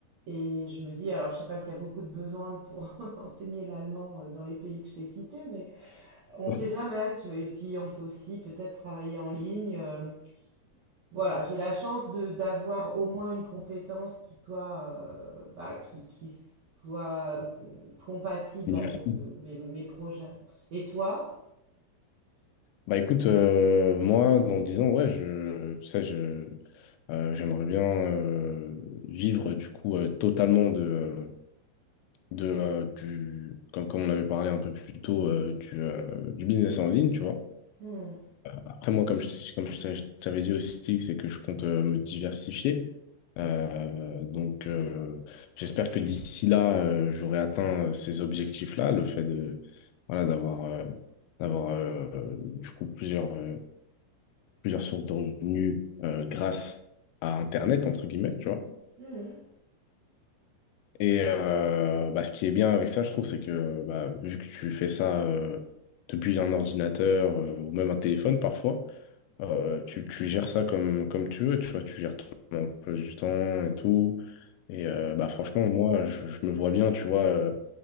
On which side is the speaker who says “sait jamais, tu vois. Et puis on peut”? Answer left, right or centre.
Right